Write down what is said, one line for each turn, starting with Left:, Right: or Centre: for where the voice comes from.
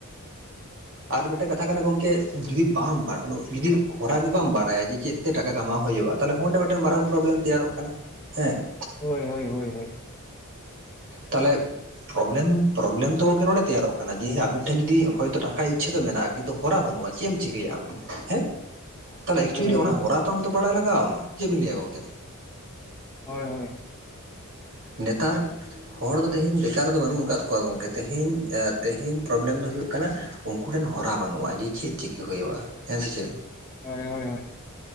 Right: ᱟᱨ ᱢᱤᱫᱴᱮᱱ ᱠᱟᱛᱷᱟ ᱠᱟᱱᱟ ᱜᱚᱢᱠᱮ ᱡᱩᱫᱤ ᱵᱟᱢ ᱡᱩᱫᱤ ᱦᱚᱨᱟ ᱜᱮ ᱵᱟᱢ ᱵᱟᱰᱟᱭᱟ ᱡᱮ ᱪᱮᱫ ᱴᱟᱠᱟ ᱠᱟᱢᱟᱣ ᱦᱩᱭᱩᱜᱼᱟ ᱛᱮᱰᱮ ᱢᱤᱫᱴᱮᱱ ᱢᱟᱨᱟᱝ ᱯᱨᱚᱵᱞᱮᱢ ᱛᱮᱭᱟᱨᱚᱜ ᱠᱟᱱᱟ ᱦᱮᱸ
Left: ᱦᱳᱭ ᱦᱳᱭ ᱦᱳᱭ
Right: ᱛᱟᱦᱚᱞᱮ ᱯᱨᱚᱵᱮᱞᱮᱢ ᱯᱨᱚᱵᱞᱮᱢ ᱫᱚ ᱜᱚᱝᱠᱮ ᱱᱚᱰᱮ ᱛᱮᱭᱟᱨᱚᱜ ᱠᱟᱱᱟ ᱡᱮ ᱟᱵᱮᱱ ᱴᱷᱮᱱ ᱡᱩᱫᱤ ᱦᱚᱭᱳ ᱴᱟᱠᱟ ᱤᱪᱷᱟᱹ ᱫᱚ ᱢᱮᱱᱟᱜ ᱠᱤᱱᱛᱩ ᱦᱚᱨᱟ ᱵᱟᱹᱱᱩᱜ-ᱟ ᱪᱮᱫ ᱮᱢ ᱪᱤᱠᱟᱹᱭᱟ ᱦᱮᱸ ᱛᱟᱦᱚᱞᱮ ᱮᱠᱪᱩᱭᱮᱞᱤ
Left: ᱦᱳᱭ ᱦᱳᱭ
Right: ᱚᱱᱟ
Left: ᱦᱳᱭ
Right: ᱦᱚᱨᱟ ᱛᱚᱱ ᱫᱚ ᱵᱟᱰᱟᱭ ᱞᱟᱜᱟᱣᱟᱢᱟ ᱪᱮᱫ ᱵᱤᱱ ᱞᱟᱹᱭᱟ ᱜᱚᱝᱠᱮ
Left: ᱦᱳᱭ ᱦᱳᱭ
Right: ᱱᱮᱛᱟᱨ ᱦᱚᱲ ᱫᱚ ᱛᱮᱦᱮᱧ ᱵᱮᱠᱟᱨ ᱫᱚ ᱵᱟᱹᱱᱩᱜ ᱟᱠᱟᱫ ᱠᱚᱣᱟ ᱜᱚᱢᱠᱮ ᱛᱮᱦᱮᱧ ᱛᱮᱦᱮᱧ ᱯᱨᱚᱵᱞᱮᱢ ᱫᱚ ᱦᱩᱭᱩᱜ ᱠᱟᱱᱟ ᱩᱱᱠᱩ ᱴᱷᱮᱱ ᱦᱚᱨᱟ ᱵᱟᱹᱱᱩᱜᱼᱟ ᱡᱮ ᱪᱮᱫ ᱪᱤᱠᱟᱹ ᱦᱩᱭᱩᱜᱼᱟ ᱦᱮᱸ ᱥᱮ ᱪᱮᱫ
Left: ᱦᱳᱭ ᱦᱳᱭ ᱦᱳᱭ